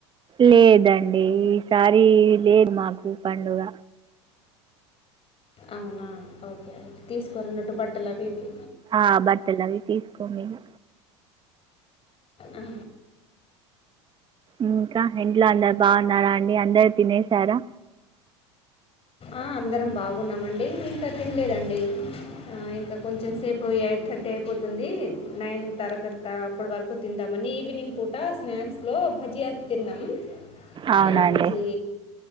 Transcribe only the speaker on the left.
అవునా ఓకే అయితే తీసుకోరన్నట్టు బట్టలు అవి ఇవి
అ హా
ఆ అందరం బాగున్నామండి ఇంకా తినలేదండి ఆ ఇంకా కొంచెం సేపు పోయా థర్టీ అయిపోతుంది నైన్ తరగతి తా అప్పడు వరకు తిందామని ఈవినింగ్ పూట స్నాక్స్ లో భజియా తిన్నాం
ఆలూ భజీ